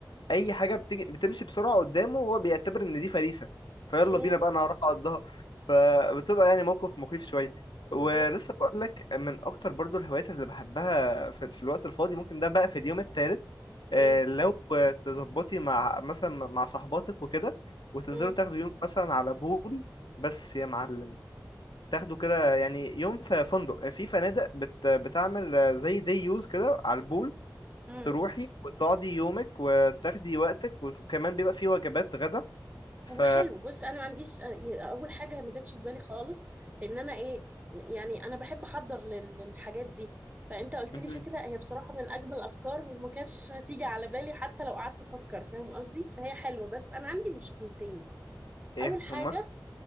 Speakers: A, on the left (about 80°); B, on the right (about 20°).
A: اي حاجه بتجي بتمشي بسرعه قدامه وهو بيعتبر ان دي فريسه فيلا
B: م. م.
A: بينا بقى انا هروح اقضها فبتبقى يعني موقف مخيف شويه
B: بالظبط
A: ولسه بقول لك من اكتر برضو الهوايات اللي بحبها في, في الوقت الفاضي ممكن ده بقى في اليوم الثالث آه،
B: م-
A: لو تظبطي مع مثلا مع صاحباتك وكده وتنزلوا
B: م-
A: تاخدوا يوم مثلا على بول بس يا معلم تاخدوا كده يعني يوم في فندق في فنادق بت بتعمل زي دي يوز كده على البول
B: م.
A: تروحي وتقعدي يومك وتاخدي وقتك وكمان بيبقى فيه وجبات غدا ف
B: هو حلو بص انا ما عنديش اول حاجه ما جاتش في بالي خالص لان انا ايه يعني انا بحب احضر لل- للحاجات دي فانت قلت
A: مهم.
B: لي فكره هي بصراحه من اجمل الافكار وما كانتش هتيجي على بالي حتى لو قعدت افكر فاهم قصدي فهي حلوه بس انا عندي مشكلتين
A: ايه
B: اول حاجه
A: هما